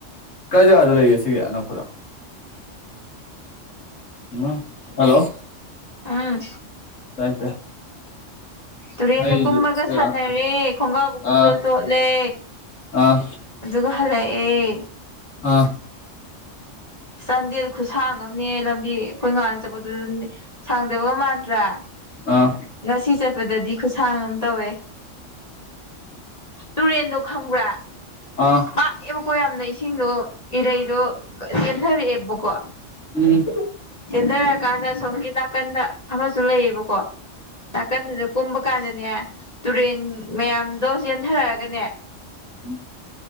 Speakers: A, on the left; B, on the left.
A: ꯀꯥꯏ ꯖꯒꯥꯗ ꯂꯩꯒꯦ ꯁꯤꯒꯤ ꯑꯅꯛꯄꯗ ꯎꯝ ꯍꯜꯂꯣ
B: ꯑꯥ
A: ꯇꯥꯏ ꯇꯥꯏ
B: ꯇꯨꯔꯦꯟꯗ
A: ꯑꯩꯁꯦ
B: ꯀꯨꯝꯃꯒ
A: ꯁꯤꯔ
B: ꯁꯥꯟꯅꯔꯦ
A: ꯑꯝꯇꯗ
B: ꯈꯣꯡꯒꯥꯎꯒ ꯄꯨꯡꯆꯣꯠ
A: ꯑꯥ
B: ꯆꯣꯠꯂꯦ
A: ꯑꯥ
B: ꯑꯗꯨꯒ ꯍꯜꯂꯛꯑꯦ
A: ꯑꯥ
B: ꯆꯥꯟꯗꯦꯜ ꯈꯨꯁꯥꯡ ꯑꯝꯅꯦꯍꯦ ꯂꯝꯕꯤ ꯑꯈꯣꯏ ꯉꯥꯥꯟ ꯆꯠꯄꯗꯨꯗꯅꯦ ꯁꯥꯡꯗꯕꯒ ꯃꯥꯟꯗ꯭ꯔꯥ
A: ꯑꯥ
B: ꯉꯁꯤ ꯆꯠꯄꯗꯗꯤ ꯈꯨꯁꯥꯡ ꯑꯝ ꯇꯧꯋꯦ ꯇꯨꯔꯦꯟꯗꯣ ꯈꯪꯕ꯭ꯔꯥ
A: ꯑꯥ
B: ꯄꯥ ꯑꯦꯝꯕꯀꯣ ꯌꯥꯝꯅ ꯏꯁꯤꯡꯗꯣ ꯏꯔꯩꯗꯣ ꯆꯦꯟꯊꯔꯛꯑꯦꯕꯀꯣ
A: ꯎꯝ
B: ꯆꯦꯟꯗꯔꯀꯥꯟꯗ ꯁꯣꯝꯒꯤ ꯅꯥꯀꯟꯗ ꯑꯃꯁꯨ ꯂꯩꯌꯦꯕꯀꯣ ꯅꯥꯀꯟꯗꯨꯗ ꯀꯨꯝꯕ ꯀꯥꯟꯗꯅꯦ ꯇꯨꯔꯦꯟ ꯃꯌꯥꯝꯗꯣ ꯆꯦꯟꯊꯔꯛꯑꯒꯅꯦ
A: ꯎꯝ